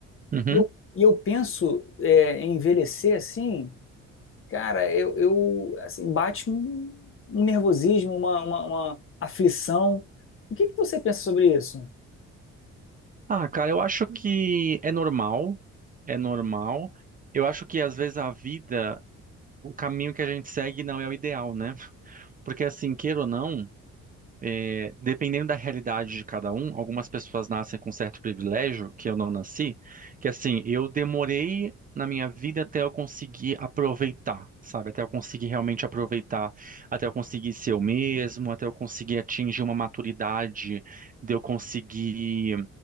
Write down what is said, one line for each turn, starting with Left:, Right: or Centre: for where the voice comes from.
Right: Uhum.
Left: E eu, e eu penso, é, em envelhecer, assim, cara, eu, eu assim, bate um, um nervosismo, uma, uma, uma aflição. O que que você pensa sobre isso?
Right: Ah, cara, eu acho que é normal, é normal. Eu acho que às vezes a vida, o caminho que a gente segue não é o ideal, né? <laughs> Porque assim, queira ou não. É, dependendo da realidade de cada um, algumas pessoas nascem com certo privilégio, que eu não nasci, que assim, eu demorei na minha vida até eu conseguir aproveitar, sabe? Até eu conseguir realmente aproveitar, até eu conseguir ser eu mesmo, até eu conseguir atingir uma maturidade, de eu conseguir